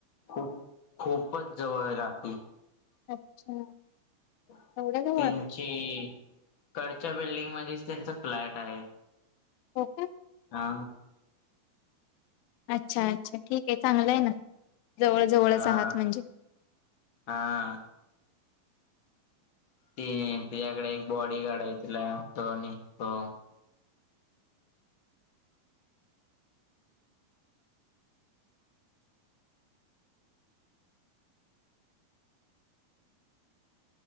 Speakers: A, on the left (about 50°); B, on the left (about 85°).
A: खूप खूपच जवळ राहीती
B: अच्छा
A: त्यांची
B: एवढ्या जवळ
A: करच्या बिल्डिंगमध्येच त्यांचा फ्लॅट आहे
B: ओके
A: हा
B: अच्छा अच्छा ठीक आहे चांगलं आहे ना जवळ जवळच
A: हा
B: आहात म्हणजे
A: हा ती तिच्या्याकडे एक बॉडी गार्ड आहे तिला दोनी भाऊ